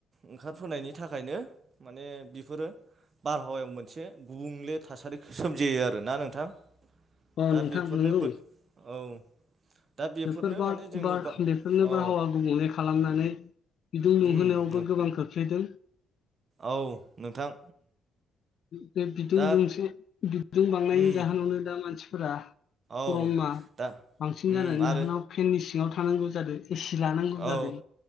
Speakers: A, on the right (about 45°); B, on the left (about 60°).
A: ओंखारफोनायनि थाखायनो माने बेफोरो बारहावायाव मोनसे गुबुंले थासारिखौ सोमजियो आरोना नोंथां
B: औ
A: दा
B: नोंथां
A: बेफोरनो
B: नंगौ
A: औ दा बेफोरनो
B: बेफोर बार
A: माने जोंनि
B: बार
A: बा
B: बेफोरनो
A: औ
B: बारहावा गुबुंलै खालामनानै बिदुं लुंहोनायावबो
A: उम नों
B: गोबां खोख्लैदों
A: औ नोंथां
B: बे बिदुं
A: दा
B: दुंसे बिदुं बांनायनि
A: उम
B: जाहोनावनो दा मानसिफोरा
A: औ
B: गरमा
A: दा
B: बांसिन
A: उम
B: जानायनि
A: आरो
B: जाहोनाव फेननि सिङाव थानांगौ जादों एसि लानांगौ जादों
A: औ